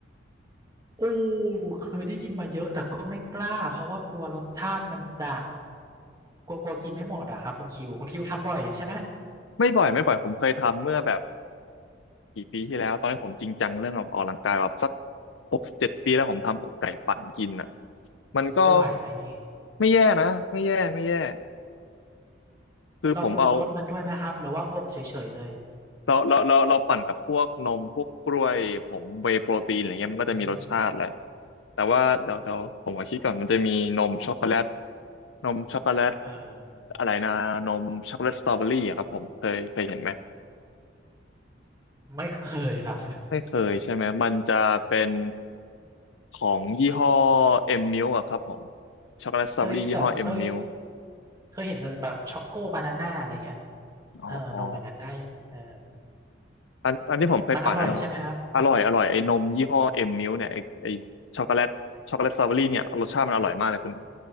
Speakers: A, on the right; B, on the left.
A: โอ้เคยได้ยินมาเยอะแต่ก็ไม่กล้าเพราะว่ากลัวรสชาติมันจะกลัวกลัวกินไม่หมดอะครับคุณคิวคุณคิวทำบ่อยใช่ไหม
B: ไม่บ่อยไม่บ่อยผมเคยทำเมื่อแบบกี่ปีที่แล้วตอนนี้ผมจริงจังเรื่องออกกำลังกายแบบสักหกเจ็ดปีแล้วผมทำอกไก่ปั่นกินอ่ะมันก็
A: โอ้จะไหวไหมนี่
B: ไม่แย่นะไม่แย่ไม่แย่คือผมเอา
A: เราปรุงรสมันด้วยไหมครับหรือว่าอกเฉยๆเลย
B: เราเราเราเราปั่นกับพวกนมพวกกล้วยผงเวย์โปรตีนอะไรเงี้ยมันก็จะมีรสชาติแหละ
A: อืม
B: แต่ว่าเดี๋ยวเดี๋ยวผมขอคิดก่อนมันจะมีนมช็อกโกแลตนมช็อกโกแลต
A: เออ
B: อะไรนะนมช็อกโกแลตสตรอเบอรี่อะครับผมเคยเคยเห็นไหม
A: ไม่เคยครับ
B: ไม่เคยใช่ไหมมันจะเป็นของยี่ห้อเอ็มมิลอะครับผมช็อกโกแลตสตรอเบอรี่ยี่ห้อเอ็มมิล
A: เคยแต่เคยเคยเห็นแต่แบบช็อกโกบานาน่าอะไรเงี้ย
B: อ๋ออ๋อ
A: เออนมอย่างนั้นได้เออ
B: อันอันที่ผมเคยปั่นอันนั้นหมดอร่อยอร่อยไอ้นมยี่ห้อเอ็มมิลเนี่ยไอ้ไอ้ช็อกโกแลตช็อกโกแลตสตรอเบอรี่เนี่ยรสชาติมันอร่อยมากเลยคุณ
A: มันอร่อยใช่ไหมครับอืมอื